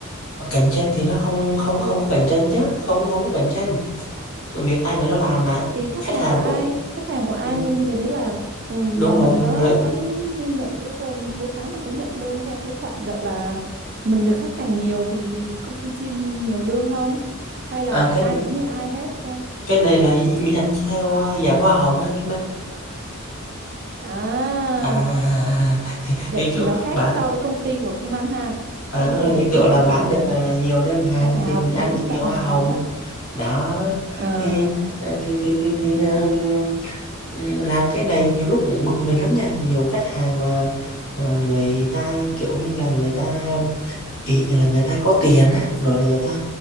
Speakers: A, on the left; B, on the right.
A: cạnh tranh thì nó không không
B: Vậy
A: không có cạnh tranh chứ, không không có cạnh tranh. Việc ai người đó làm mà
B: thì khách
A: khách
B: hàng
A: hàng
B: của ai,
A: của
B: khách hàng của ai
A: ừ,
B: người, người đấy làm. Ừ,
A: đúng rồi
B: Mình có
A: người
B: có nh- nh- nhận cái um, cuối tháng mình có nhận lương theo cái khoản gọi là mình được khách hàng nhiều thì công ty chia nhi- nhiều lương không? Hay là
A: à, cái
B: ai cũng như ai hết ha?
A: cái này là mình ăn theo ờ, dạng hoa hồng á Kim Anh.
B: À,
A: À, <laughs>
B: vậy
A: như
B: thì
A: kiểu
B: nó khác
A: bán
B: so với công ty của Kim Anh ha.
A: à,
B: Công
A: đúng
B: ty
A: rồi
B: của
A: như kiểu
B: Kim Anh
A: là bán
B: thì
A: được
B: ờ,
A: à, nhiều đơn hàng
B: bạn nào
A: thì mình
B: cũng
A: ăn
B: giống
A: được
B: như
A: nhiều
B: bạn
A: hoa
B: nào
A: hồng.
B: vậy đó.
A: Đó,
B: À,
A: thì, à, thì thì thì thì, ờm, làm cái này nhiều lúc cũng bực mình lắm nha, nhiều khách hàng mà ờ, người ta, kiểu như là, người ta ỷ là người ta có tiền á, rồi là người ta